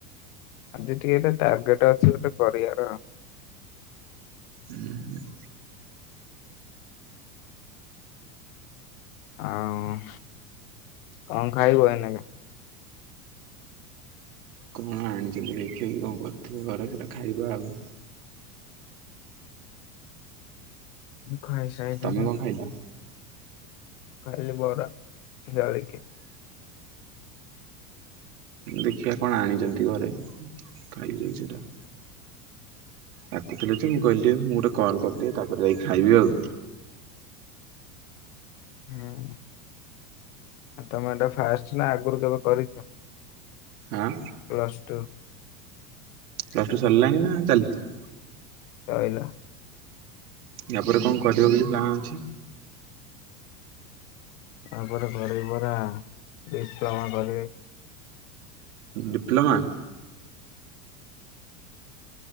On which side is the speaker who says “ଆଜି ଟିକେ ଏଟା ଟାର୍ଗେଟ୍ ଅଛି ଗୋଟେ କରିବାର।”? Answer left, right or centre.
Left